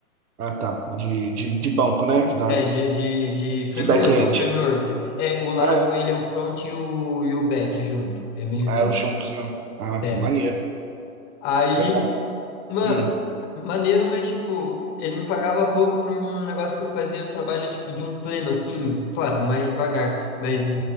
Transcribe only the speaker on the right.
Ah, tá. De, de, de banco, né? De dados.
De back-end.
Ah,
é, é, os juntos, né? Ah,
pô, maneiro.
Legal.
Hum.